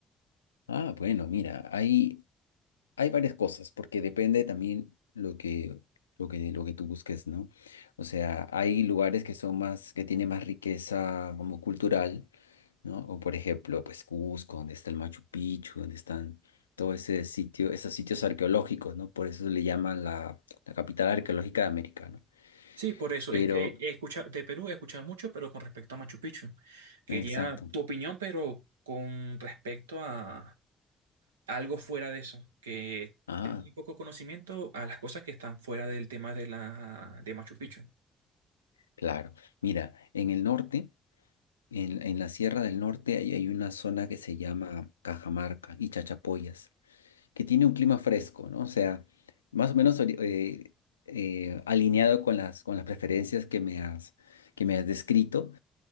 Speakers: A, on the left; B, on the right.
A: Ah, bueno, mira, hay, hay varias cosas, porque depende también lo que, lo que, lo que tú busques, ¿no? O sea, hay lugares que son más, que tienen más riqueza como cultural ¿no? O por ejemplo, pues Cusco, donde está el Machu Picchu, donde están todo ese sitio, esos sitios arqueológicos, ¿no? Por eso le llaman la, la capital arqueológica de América, ¿no?
B: Sí, por eso
A: Pero,
B: es que he escuchado de Perú he escuchado mucho, pero con respecto a Machu Picchu. Quería
A: exacto.
B: tu opinión, pero con respecto a algo fuera de eso, que
A: Ah,
B: tenga muy poco conocimiento a las cosas que están fuera del tema de la de Machu Picchu.
A: claro. Mira, en el norte, en, en la Sierra del Norte, hay, hay una zona que se llama Cajamarca y Chachapoyas, que tiene un clima fresco, ¿no? O sea, más o menos ori- eh, eh, alineado con las, con las preferencias que me has, que me has descrito